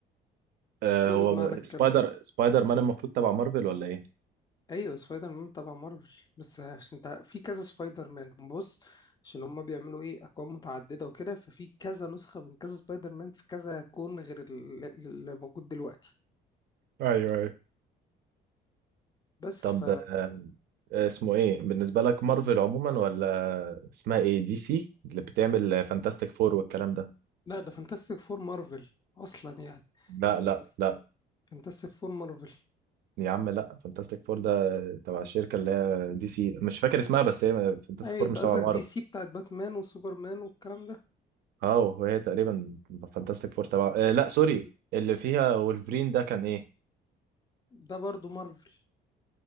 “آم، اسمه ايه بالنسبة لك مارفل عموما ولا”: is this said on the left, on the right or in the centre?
Right